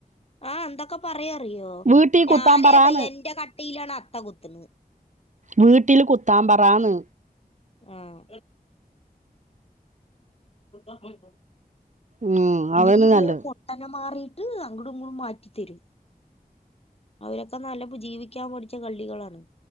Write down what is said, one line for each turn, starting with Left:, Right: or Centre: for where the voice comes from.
Left: ആഹ് എന്തൊക്കെ പറയാ അറിയോ
Right: വീട്ടി
Left: ഞാനേത
Right: കുത്താൻ പറാന്ന്
Left: എന്റെ ക ട്ടീലാണ് അത്ത കുത്ത്ണെ
Right: വീട്ടില് കുത്താപറാന്ന്
Left: ആഹ് ആഹ്
Right: ഉം
Left: ഇല്ലെങ്കിലേ
Right: അതന്നെ നല്ലത്
Left: പൊട്ടനെ മാറി ത് അങ്ങ്ടും ഇങ്ങ്ടും മാറ്റിത്തരും. അതിനെക്കാൾ നല്ല ജീവിക്കാൻ പടിച്ച കള്ളികളാണ്